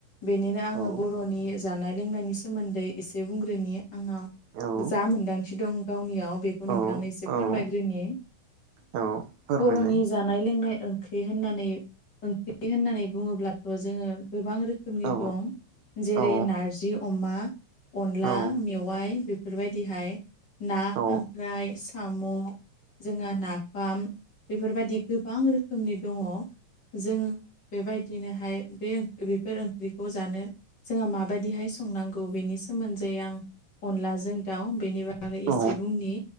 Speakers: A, on the left (about 35°); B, on the right (about 70°).
A: बेनिनो आङो
B: औ
A: बर'नि जानाय लोंनायनि सोमोन्दै एसे बुंग्रोनि आङो।
B: औ
A: जा मोन्दांथि दं गावनियाव बेखौ नोंथांनो
B: औ
A: एसे फोरमायग्रोनि।
B: औ औ फोरमायलाय
A: बर'नि जानाय लोंनाय ओंख्रि होननानै ओंख्रि होननानै बुङोब्लाथ' जोङो गोबां रोखोमनि
B: औ
A: दं। जेरै
B: औ
A: नारजि अमा अनला
B: औ
A: मेवाय बेफोरबायदिहाय। ना खांख्राइ
B: औ
A: साम' जोंहा नाफाम बेफोरबायदि गोबां रोखोमनि दङ। जों बेबायदिनोहाय बे बेफोर ओंख्रिखौ जानो जोंहा माबायदिहाय संनांगौ बेनि सोमोन्दै आं अनलाजों दाउ बेनि बागै
B: औ
A: एसे बुंनि।